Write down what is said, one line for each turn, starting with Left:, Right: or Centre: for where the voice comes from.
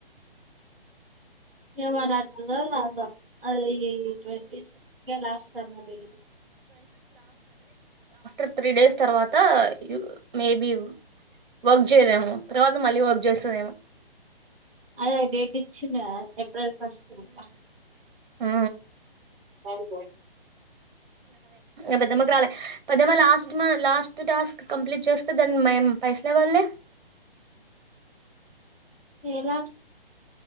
Centre: ఏవ ట్ల రాాల అది ట్వంటీ సిక్స్త్ లాస్ట్ ట అది
Right: ర్ త్రీ డేస్ తర్వాత మేబి వర్క్ చేయదేమో తర్వాత మళ్ళీ వర్క్ చేస్తుందేమో
Centre: అదే డేట్ ఇచ్చిండ ఏప్రిల్ ఫస్ట్కా
Right: ఆ
Centre: తను కో
Right: ఇ పెద్దమ్మకి రాలే పెద్దమ్మ లాస్ట్ మా లాస్ట్ టాస్క్ కంప్లీట్ చేస్తే దాన్ని మేం పైసలువ వా్వాలి
Centre: ఎలా